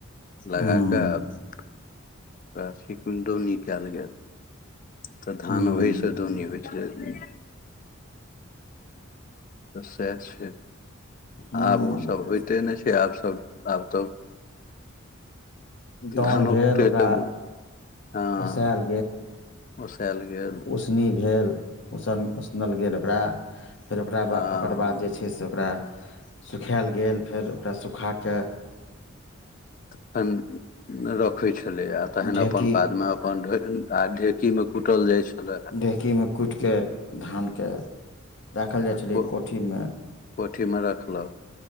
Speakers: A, on the left; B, on the left.
A: लग
B: हूँ
A: कऽ सि दौनी कल गेल तऽ धान
B: हूँ
A: ओहि दौनी होय छले तऽ सहत छै
B: हूँ
A: आब ओसब होइते नै छै आब सब आब तऽ
B: दाउन
A: धनुकके
B: भेल ओकरा
A: त हँ
B: ओसायल
A: ओसएल गेल
B: ओक फर ओाद <unintelligible>
A: हँ
B: फेर स ओकरा सुखएल गेल फेर स ओकरा सुखाक
A: तखन रखैय छलै या तहन
B: ढेकी
A: अपन बादमे अपन आ ढेकी मे कुटल जाय छलए
B: ढेकीमे कुटिके धानके राखल
A: आ
B: जाइ
A: ह
B: छलै कोठीमे-
A: कोठीमे रखलक